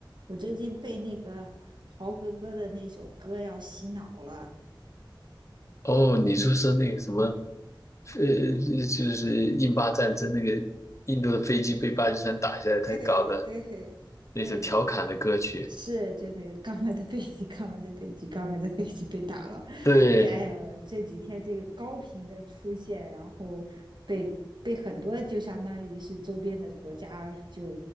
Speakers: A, on the right; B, on the left.
A: 我最近被那个豪哥哥的那首歌要洗脑了。
B: 哦，你说是那个什么，呃，就是印巴战争那个印度的飞机被巴基斯坦打下来，他搞的
A: 对对对，
B: 那首调侃的歌曲。
A: 是就那个刚买的飞机，刚买的飞机，刚买的飞机被打了。
B: 对，
A: 这哎呦，这几天这个高频的出现，然后被被很多就相当于是周边的国家就